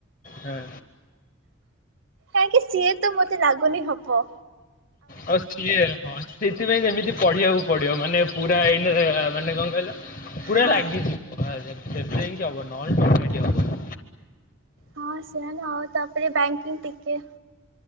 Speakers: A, on the left; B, on the right.
A: ହଁ।
B: କାଇଁକି ସିଏ ତ ମୋତେ ଲାଗୁନି ହବ।
A: ଆଉ କିଏ ହଁ ସେଥିପାଇଁ ସେମିତି ପଢିବାକୁ ପଡିବ ମାନେ ପୁରା ଏଇ ମାନେ କଣ କହିଲ? ପୁରା
B: ହଁ
A: ଲାଗି ଯିବ <unintelligible> ସେଠି ଯାଇକି ହବ ନହେଲେ ଏକାଠି ହବନି।
B: ହଁ ସେୟା ଆଉ ତାପରେ ବ୍ୟାଙ୍କିଙ୍ଗ ଟିକେ